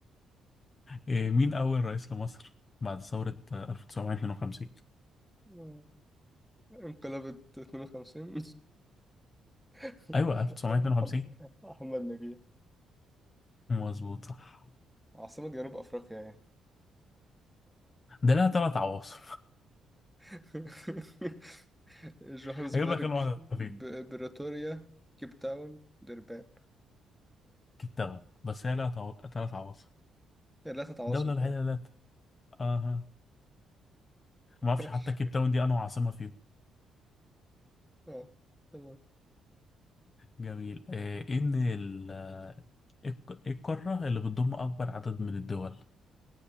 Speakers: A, on the left (about 35°); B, in the centre.
A: إيه، مين أول رئيس لمصر بعد ثورة آه، 1952
B: آه. انقلاب 52 <laughs>
A: أيوة 1952
B: احمد نجيب
A: مظبوط صح
B: عاصمة جنوب افريقيا ايه؟
A: ده لها تلات عواصم
B: <laughs> جوهانسبرج
A: <laughs> هجيب لك المعلومة
B: ب-
A: فين
B: بريتوريا كيب تاون دربان
A: كيب تاون بس هي لها تعو- تلات عواصم
B: ثلاثة عواصم
A: الدولة
B: فعلا
A: الوحيدة اللي لها تلات- أها ما أعرفش
B: ماشي.
A: حتى كيب تاون دي أنهي عاصمة فيهم
B: اه تمام
A: جميل آه، إيه من ال آه، إيه الق- إيه القارة اللي بتضم أكبر عدد من الدول